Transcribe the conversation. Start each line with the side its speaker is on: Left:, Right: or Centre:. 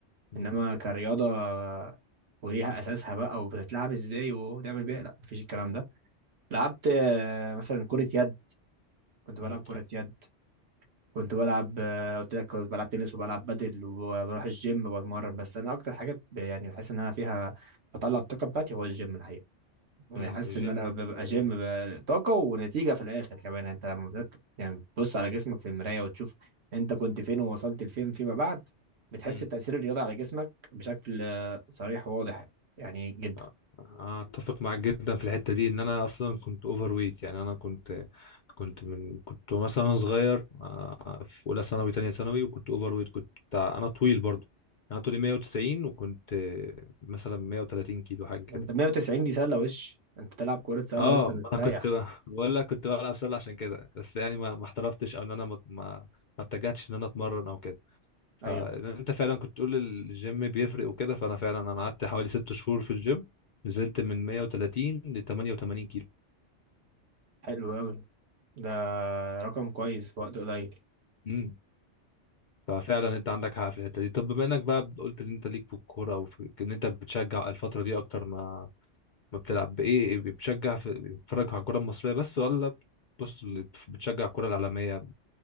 Left: امم
Right: انما كرياضة آه، وليها اساسها بقى وبتتلعب ازاي وتعمل بيها لا مفيش الكلام ده لعبت آه، مثلا كرة يد كنت بلعب
Left: امم
Right: كرة يد كنت بلعب آه، قلت لك كنت بلعب تنس وبلعب بدل وبروح الجيم وبتمرن بس انا اكتر حاجة ب- يعني بحس ان انا فيها بطلع الطاقة بتاعتي هو الجيم الحقيقة يعني
Left: امم
Right: حاسس
Left: الجيم
Right: ان انا ببقى
Left: كده كده
Right: جيم
Left: جامد
Right: ببقى طاقه ونتيجه في الاخر كمان يعني انت لما بدات يعني تبص على جسمك في المرايه وتشوف انت كنت فين ووصلت لفين فيما بعد بتحس
Left: امم
Right: بتاثير الرياضه على جسمك بشكل آه، صريح وواضح يعني جدا
Left: آه، آه، اتفق معاك جدا في الحته دي ان انا اصلا كنت اوفر ويت يعني انا كنت كنت من كنت مثلا انا صغير آه، في اولى ثانوي تانية ثانوي وكنت اوفر ويت كنت بتاع- انا طويل برضو انا طولي 190 وكنت آه، مثلا 130 كيلو حاجه كده
Right: انت 190 دي سله وش انت تلعب كره سله
Left: اه
Right: وانت مستريح
Left: ما انا كنت ب- بقول لك كنت بلعب سله عشان كده بس يعني ما ما احترفتش او ان انا ما ما ما اتجهتش ان انا اتمرن او كده
Right: ايوه
Left: فانت فعلا كنت تقول الجيم بيفرق وكده فانا فعلا انا قعدت حوالي ست شهور في الجيم نزلت من 130 ل 88 كيلو
Right: حلو قوي ده رقم كويس في وقت قليل
Left: امم ففعلا انت عندك حق في الحته دي طب بما انك بقى قلت ان انت ليك في الكوره او في ان انت بتشجع الفتره دي اكتر ما ما بتلعب بايه إيه بتشجع في بتتفرج على الكوره المصريه بس ولا بص بتشجع الكوره العالميه